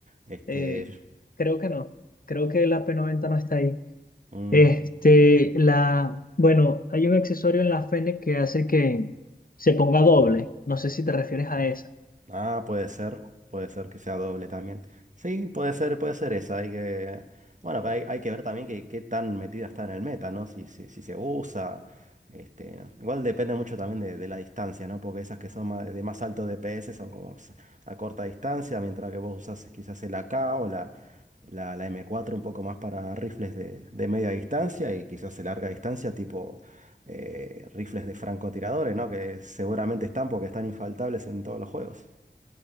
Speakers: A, on the right; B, on the left.
A: Este,
B: eh, creo que no, creo que la p noventa no está ahí.
A: mm,
B: Este, la, bueno, hay un accesorio en la Fene que hace que se ponga doble. No sé si te refieres a esa.
A: Ah, puede ser, puede ser que sea doble también. Sí, puede ser, puede ser esa. Hay que, bueno, pero hay, hay que ver también que, qué tan metida está en el meta, ¿no? Si, si, si se usa, este, ¿no? Igual depende mucho también de, de la distancia, ¿no? Porque esas que son ma- de más alto DPS son como s- a corta distancia, mientras que vos usas quizás el AK o la, la, la M4 un poco más para rifles de, de media distancia y quizás de larga distancia, tipo eh, rifles de francotiradores, ¿no? Que seguramente están porque están infaltables en todos los juegos.